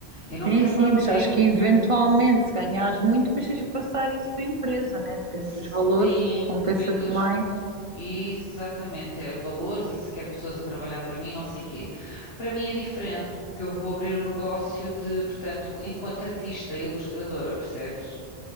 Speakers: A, on the left (about 70°); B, on the right (about 35°).
A: Eu não
B: Sim,
A: quero
B: sim,
A: parar prêmio.
B: mas acho que eventualmente, se ganhares muito, depois tens que passar isso para a empresa, né? Depende
A: Sim,
B: dos valores, compensa-te
A: depende dos.
B: mais.
A: Exatamente, é valores e se quer pessoas a trabalhar para mim, não sei quê. Para mim é diferente, porque eu vou abrir um negócio de, portanto, enquanto artista e ilustradora, percebes?